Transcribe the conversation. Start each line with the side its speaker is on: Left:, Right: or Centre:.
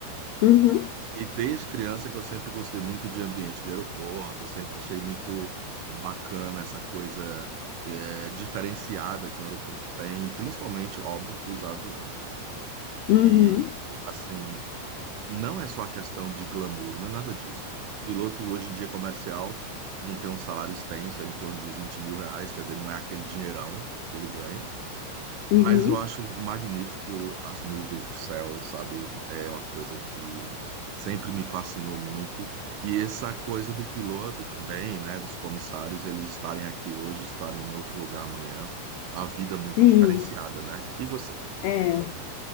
Left: Uhum,
Right: E desde criança que eu sempre gostei muito de ambiente de aeroporto, sempre achei muito bacana essa coisa, é, diferenciada que um aeroporto tem, e principalmente, óbvio, os aviões, né?
Left: uhum,
Right: E, assim, não é só a questão de glamour, não é nada disso. Piloto hoje em dia comercial não tem um salário extenso, é em torno de vinte mil reais, quer dizer, não é aquele dinheirão que ele ganha. Mas
Left: uhum.
Right: eu acho magnífico as nuvens, o céu, sabe? É uma coisa que sempre me fascinou muito. E essa coisa do piloto também, né? Dos comissários, eles estarem aqui hoje, estarem em outro lugar amanhã. É uma vida muito
Left: Sim,
Right: diferenciada, né? E você?
Left: é.